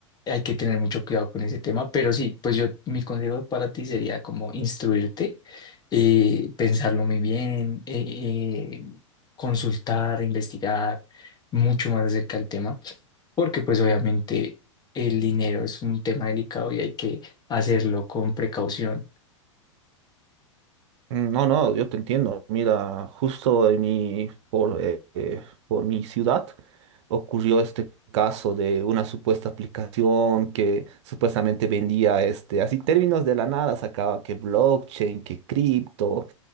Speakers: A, on the left (about 25°); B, on the right (about 60°).
A: hay que tener mucho cuidado con ese tema, pero sí, pues yo, mi consejo para ti sería como instruirte, eh, pensarlo muy bien, eh, eh, consultar, investigar mucho más acerca del tema, porque pues obviamente el dinero es un tema delicado y hay que hacerlo con precaución
B: Mm, No, no, yo te entiendo. Mira, justo en mi, por, eh, eh, por mi ciudad ocurrió este caso de una supuesta aplicación que supuestamente vendía este, así términos de la nada, sacaba que blockchain, que cripto,